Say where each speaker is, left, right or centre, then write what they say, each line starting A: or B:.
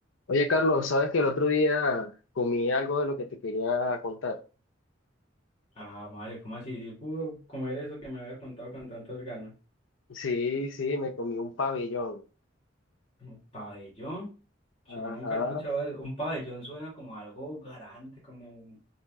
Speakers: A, on the left (about 80°); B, on the left (about 30°).
A: Oye, Carlos, sabes que el otro día comí algo de lo que te quería contar.
B: Ah, Mario, ¿cómo así? ¿Sí pudo comer eso que me había contado con tantas ganas?
A: Sí, sí, me comí un pabellón.
B: ¿Un pabellón? Yo
A: Ajá.
B: nunca he escuchado eso. Un pabellón suena como algo grande, como un,